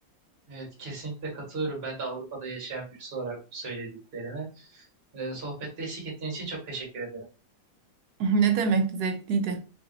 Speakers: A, on the right; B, on the right.
A: Evet kesinlikle katılıyorum. Ben de Avrupa'da yaşayan birisi olarak bu söylediklerine. Ee, sohbette eşlik ettiğin için çok teşekkür ederim.
B: <laughs> Ne demek zevkliydi.